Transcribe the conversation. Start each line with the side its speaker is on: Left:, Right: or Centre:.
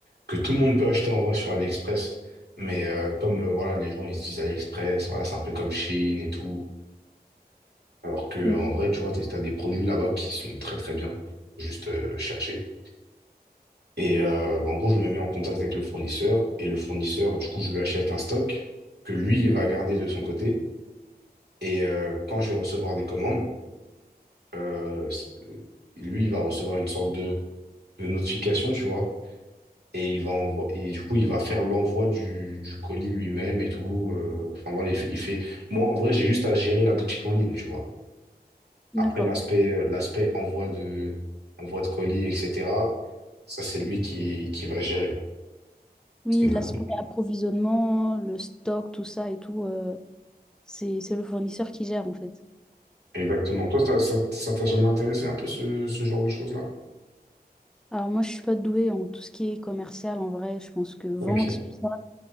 Right: que tout le monde peut acheter en vrai sur AliExpress. Mais euh, comme euh, voilà, les gens ils se disent AliExpress, voilà, c'est un peu comme Chine et tout. Alors que
Centre: Mhm.
Right: en vrai, tu vois, t'as t'as des produits là-bas qui sont très très bien, juste euh, chercher. Et euh, bah, en gros, je me mets en contact avec le fournisseur et le fournisseur, du coup, je lui achète un stock que lui, il va garder de son côté. Et euh, quand je vais recevoir des commandes, euh, c- euh, lui, il va recevoir une sorte de, de notification, tu vois. Et il va envoyer, et du coup, il va faire l'envoi du, du colis lui-même et tout. euh, Enfin voilà, il fait, il fait. Moi, en vrai, j'ai juste à gérer la boutique en ligne, tu vois.
Centre: D'accord.
Right: Après, l'aspect, euh, l'aspect envoi de, envoi de colis, etc., ça, c'est lui qui, qui va gérer,
Centre: Oui,
Right: du
Centre: l'aspect
Right: coup.
Centre: approvisionnement, le stock, tout ça et tout, euh, c'est, c'est le fournisseur qui gère, en fait.
Right: Exactement. Toi, ça, ça, ça t'a jamais intéressé un peu ce, ce genre de choses-là?
Centre: Alors moi, je suis pas douée en tout ce qui est commercial en vrai. Je pense que vente,
Right: Ok.
Centre: tout ça,